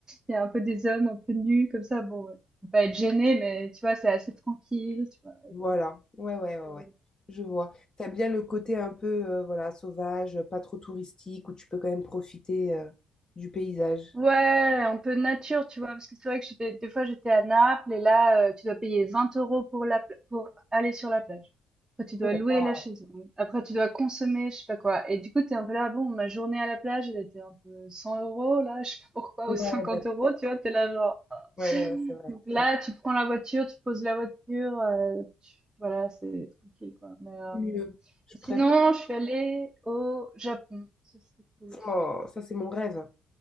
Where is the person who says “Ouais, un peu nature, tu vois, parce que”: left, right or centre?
Right